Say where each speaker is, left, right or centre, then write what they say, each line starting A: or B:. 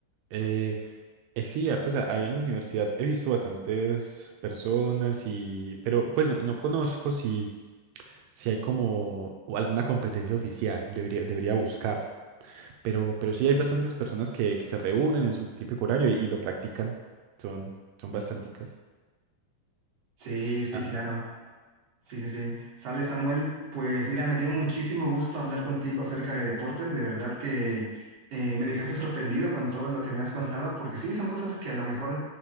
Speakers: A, on the right; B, on the right.
A: Eh, Eh, sí, ah, pues a- ahí en la universidad he visto bastantes personas y, pero pues no, no conozco si, si hay como o alguna competencia oficial, debería, debería buscarlo, pero, pero sí hay bastantes personas que, que se reúnen en su típico horario y, y lo practican, son, son bastanticas.
B: Sí, sí,
A: Ajá.
B: claro. Sí, sí, sí. Sale Samuel, pues mira, me dio muchísimo gusto hablar contigo acerca de deportes. De verdad que eh, me dejaste sorprendido con todo lo que me has contado, porque sí, son cosas que a lo mejor